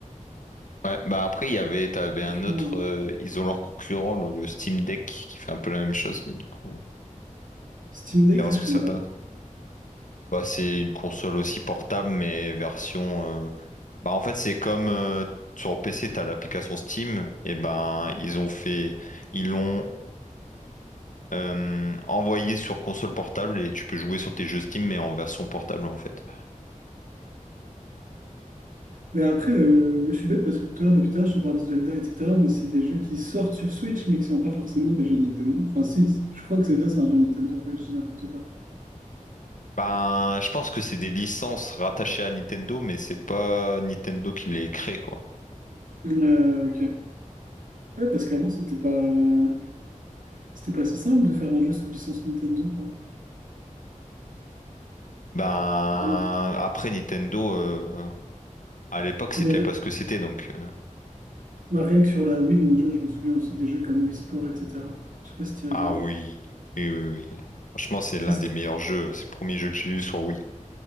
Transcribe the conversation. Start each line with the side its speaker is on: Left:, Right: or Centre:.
Left: Ouais, bah après, il y avait, t'avais
Right: Franchement,
Left: un autre,
Right: euh,
Left: euh, ils ont leur concurrent, le, le Steam Deck, qui fait un peu la même chose, mais du coup, on
Right: Steam Deck,
Left: verra
Right: ça
Left: ce
Right: je
Left: que
Right: connais
Left: ça
Right: pas.
Left: donne. Bah, c'est une console aussi portable, mais version, Bah en fait c'est comme euh, sur PC t'as l'application Steam et ben ils ont fait ils l'ont euh, envoyé sur console portable et tu peux jouer sur tes jeux Steam mais en version portable en fait.
Right: Mais après, euh, je suis bête parce que tout à l'heure, depuis tout à l'heure, je te parle de Zelda, etc. Mais c'est des jeux qui sortent sur Switch, mais qui sont pas forcément des jeux Nintendo. Enfin, si, si, je crois que Zelda, c'est un jeu Nintendo. Ouais, je dis n'importe quoi.
Left: Ben je pense que c'est des licences rattachées à Nintendo mais c'est pas Nintendo qui les crée quoi.
Right: Euh, ok. Ouais, parce qu'avant, c'était pas, euh, c'était pas si simple de faire un jeu sous licence Nintendo. quoi.
Left: Ben
Right: Bon.
Left: après Nintendo euh, à l'époque c'était
Right: Ah, mais ré-
Left: pas ce que c'était donc. euh,
Right: bah, rien que sur la Wii, mon Dieu, je me souviens aussi des jeux comme Wii Sport, etc. Je sais pas si tu as
Left: Ah
Right: joué, toi.
Left: oui, oui, oui, oui. Franchement, c'est
Right: Ça,
Left: l'un
Right: c'était
Left: des meilleurs jeux. C'est le premier jeu que j'ai eu sur Wii.